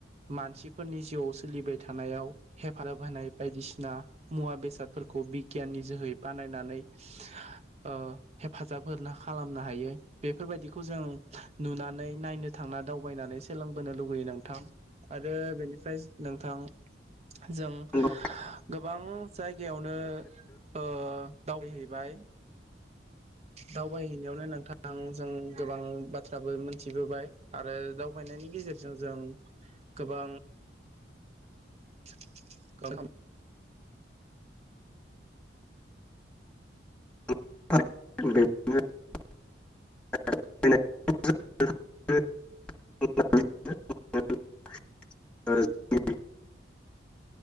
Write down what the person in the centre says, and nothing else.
नंगौ
<unintelligible> <unintelligible>